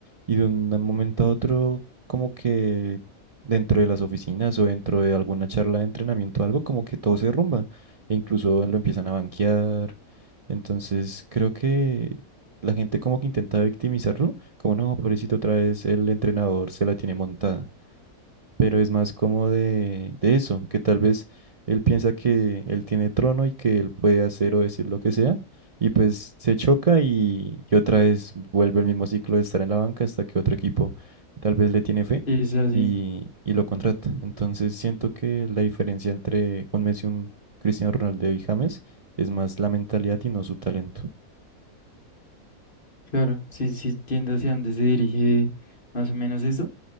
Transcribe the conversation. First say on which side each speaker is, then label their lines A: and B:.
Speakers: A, on the right (about 60°); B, on the left (about 35°).
A: y de un momento a otro, como que dentro de las oficinas o dentro de alguna charla de entrenamiento o algo, como que todo se derrumba e incluso lo empiezan a banquear. Entonces creo que la gente como que intenta victimizarlo, como no, pobrecito, otra vez el entrenador se la tiene montada pero es más como de, de eso, que tal vez él piensa que él tiene trono y que él puede hacer o decir lo que sea, y pues se choca y, y otra vez vuelve el mismo ciclo de estar en la banca hasta que otro equipo tal vez le tiene fe
B: es así,
A: y, y lo contrata. Entonces siento que la diferencia entre un Messi, un Cristiano Ronaldo y James es más la mentalidad y no su talento.
B: claro, sí, sí, entiendo hacia dónde se dirige más o menos eso.